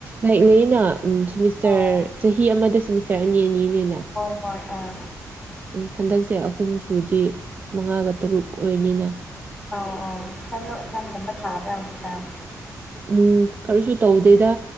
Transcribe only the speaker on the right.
ꯂꯥꯏꯛ ꯂꯩꯩꯅ ꯎ ꯁꯦꯃꯤꯁꯇꯔ
ꯆꯍꯤ ꯑꯃꯗ ꯁ‌ꯦꯃꯤꯁꯇꯔ ꯑꯅꯤ ꯑꯅꯤꯅꯦꯅ
ꯎꯝ ꯍꯟꯗꯛꯁꯦ ꯑꯍꯨꯝ ꯁꯨꯔꯗꯤ ꯃꯉꯥꯒ ꯇꯔꯨꯛ ꯑꯣꯏꯔꯅꯤꯅ
ꯎꯝ ꯀꯔꯤꯁꯨ ꯇꯧꯗꯦꯗ